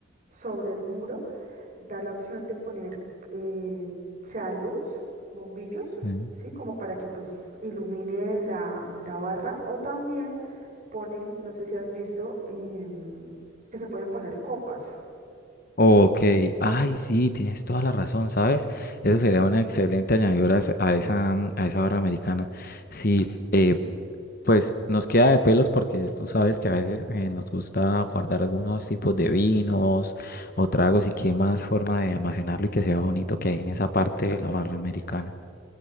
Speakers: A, on the right; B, on the left.
A: sobre el muro da la opción de poner... eh, sea luz, bombillos,
B: Sí.
A: ¿sí? Como para que pues ilumine la, la barra o también ponen, no sé si has visto, em, que se pueden poner copas.
B: Ok, ay, sí, tienes toda la razón, ¿sabes? Eso sería una excelente añadidura a esa, a esa a esa barra americana. Sí, eh, Pues nos queda de pelos porque tú sabes que a veces eh, nos gusta guardar algunos tipos de vinos o tragos y qué más forma de almacenarlo y que sea bonito que hay en esa parte de la barra americana.